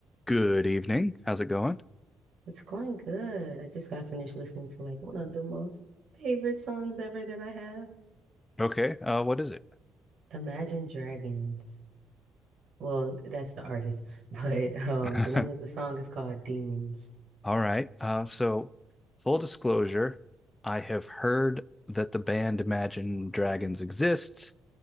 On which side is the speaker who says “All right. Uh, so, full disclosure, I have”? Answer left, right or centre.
Left